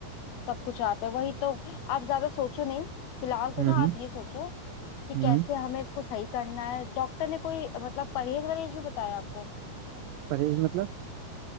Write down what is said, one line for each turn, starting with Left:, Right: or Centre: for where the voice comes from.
Left: सब कुछ आप है वही तो आप ज्यादा सोचो नहीं फिलहाल तो
Right: हम्म
Left: ना आप ये सोचो कि
Right: हम्म
Left: कैसे हमें इसको सही करना है डॉक्टर ने कोई मतलब परहेज वरहेज भी बताया आपको
Right: परहेज मतलब